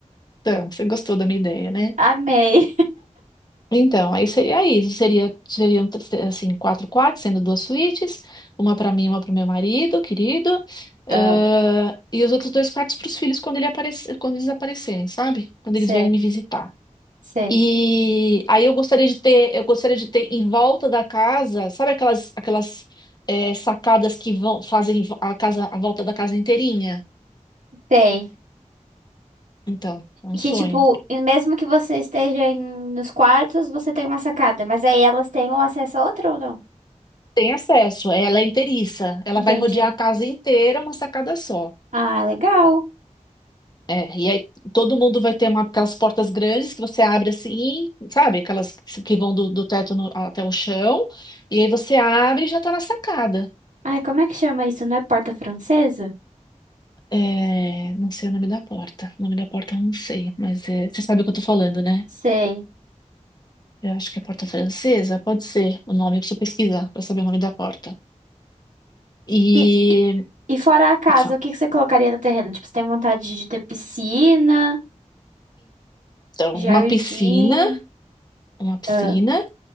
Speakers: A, on the left; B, on the right.
A: Então, você gostou da minha ideia, né?
B: Amei.
A: Então, aí seria isso. Seria, seriam, assim, quatro quartos, sendo duas suítes. Uma para mim, e uma para o meu marido, querido. ah,
B: Ah,
A: e os outros dois quartos para os filhos quando, ele aparecer, quando eles aparecerem, sabe? Quando
B: sei.
A: eles vierem me visitar.
B: Sei.
A: E aí eu gostaria de ter, eu gostaria de ter em volta da casa, sabe aquelas, aquelas eh, sacadas que vão, fazem a casa, a volta da casa inteirinha?
B: Sei.
A: Então, é um
B: Que,
A: sonho.
B: tipo, e mesmo que você esteja em, nos quartos, você tem uma sacada. Mas aí elas têm um acesso a outra ou não?
A: tem acesso, é, ela é inteiriça, ela
B: Entendi.
A: vai rodear a casa inteira, uma sacada só.
B: Ah, legal.
A: É, e aí todo mundo vai ter uma, aquelas portas grandes que você abre assim, sabe? Aquelas que vão do, do teto no- até o chão, e aí você abre e já tá na sacada.
B: Ai, como é que chama isso? Não é porta francesa?
A: É, não sei o nome da porta. O nome da porta eu não sei, mas é, você sabe o que eu tô falando, né?
B: Sei.
A: Eu acho que é porta francesa, pode ser o nome, eu preciso pesquisar pra saber o nome da porta. E,
B: E, e fora a casa,
A: tá.
B: o que que você colocaria no terreno? Tipo, você tem vontade de ter piscina,
A: então,
B: jardim,
A: uma piscina, uma piscina.
B: ah,